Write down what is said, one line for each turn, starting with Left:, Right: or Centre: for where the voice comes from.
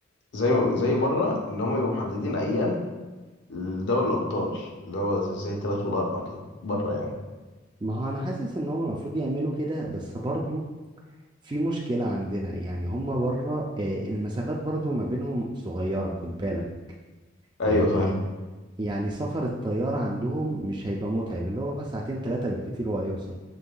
Left: زي زي بره ان هم يبقوا محددين ايام لدوري الابطال اللي هو زي الثلاث والاربع كده بره يعني
Right: ما هو أنا حاسس إن هم المفروض يعملوا كده بس برضو في مشكلة عندنا يعني هم بره آه، المسافات برضو ما بينهم صغيرة خد بالك
Left: ايوه
Right: يعني
Left: فاهم
Right: يعني سفر الطيارة عندهم مش هيبقى متعب اللي هو ساعتين تلاتة بالكتير وهيوصل